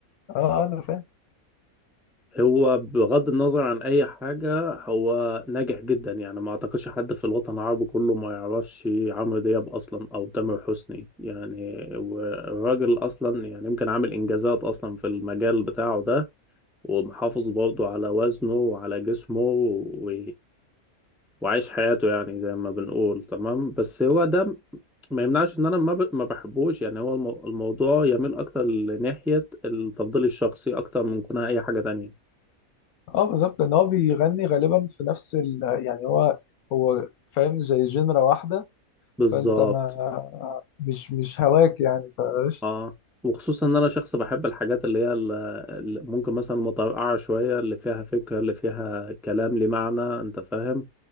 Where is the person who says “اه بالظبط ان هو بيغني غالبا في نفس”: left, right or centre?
Left